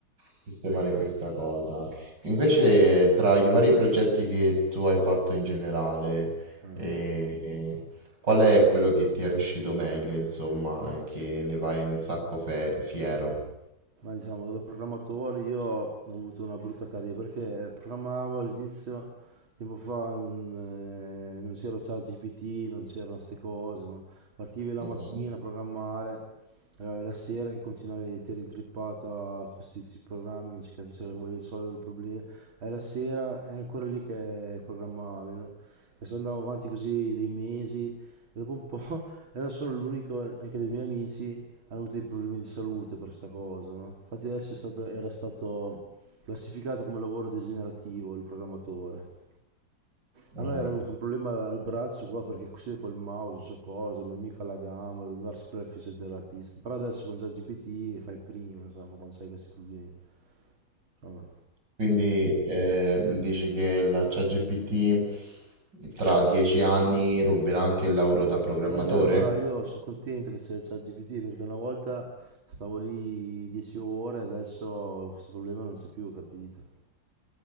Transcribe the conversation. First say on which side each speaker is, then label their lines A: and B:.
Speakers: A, on the right (about 50°); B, on the right (about 65°).
A: sistemare questa cosa. Invece, tra i vari progetti che tu hai fatto in generale,
B: eh.
A: eh, qual è quello che ti è riuscito meglio, insomma, e che ne vai un sacco fe- fiero?
B: Ma diciamo, da programmatore io ho avuto una brutta carriera perché programmavo all'inizio, tempo fa, non, eh, non c'era ChatGPT, non c'erano queste cose, no? Partivi la
A: Mhm,
B: mattina a programmare, arrivavi la sera che continuavi, ti eri intrippato a questi questi programmi, non si capisce cosa volevi risolvere il problema, e la sera è ancora lì che programmavi, no? E se andavo avanti così dei mesi e dopo un po' <laughs> non sono l'unico, anche dei miei amici hanno avuto dei problemi di salute per sta cosa, no? Infatti adesso è stato- era stato classificato come lavoro degenerativo il programmatore.
A: mhm.
B: A me era avuto un problema al braccio qua perché così col mouse, non so cosa, il mio amico alla gamba, devo andare sempre al fisioterapista. Però adesso con ChatGPT fai prima, insomma, quando hai questi problemi. Insomma.
A: Quindi eh, dici che la ChatGPT tra dieci anni ruberà anche il lavoro da programmatore?
B: Ma non è che ruberò, io sono contento che c'è ChatGPT perché una volta stavo lì 10 ore, e adesso questo problema non c'è più, capito?